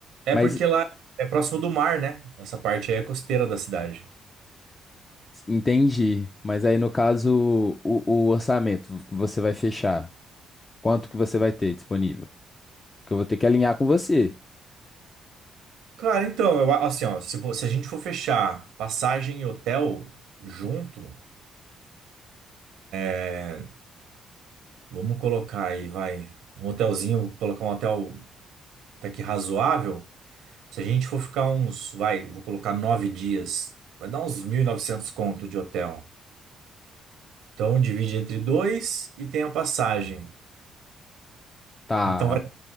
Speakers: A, on the right; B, on the left.
A: é
B: Mas
A: porque lá é próximo do mar, né? Essa parte aí é costeira da cidade.
B: Entendi. Mas aí, no caso, o, o orçamento que você vai fechar. Quanto que você vai ter disponível? Que eu vou ter que alinhar com você.
A: Cara, então, eu, a- assim, ó, se, vo- se a gente for fechar passagem e hotel junto, é, vamos colocar aí, vai, um hotelzinho, colocar um hotel até que razoável. Se a gente for ficar uns, vai, vou colocar nove dias, vai dar uns 1.900 conto de hotel. Então divide entre dois e tem a passagem.
B: Tá.
A: Então vai,